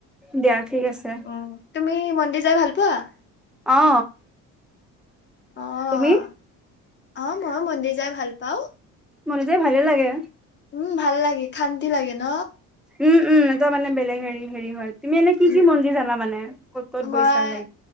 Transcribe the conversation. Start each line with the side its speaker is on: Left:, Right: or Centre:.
Centre: দিয়া ঠিক আছে
Left: উম তুমি মন্দিৰ যাই ভাল পোৱা?
Centre: অ।
Left: আহ
Centre: তুমি
Left: আহ মই মন্দিৰ যাই ভাল পাও।
Centre: মন যাই ভালে লাগে।
Left: উম ভাল লাগে শান্তি লাগে ন।
Centre: উম উম এটা মানে বেলেগ হেৰি হেৰি হয় তুমি এনে কি
Left: উম
Centre: কি মন্দিৰ জানা মানে? ক'ত ক'ত
Left: মই
Centre: গৈছা লাইক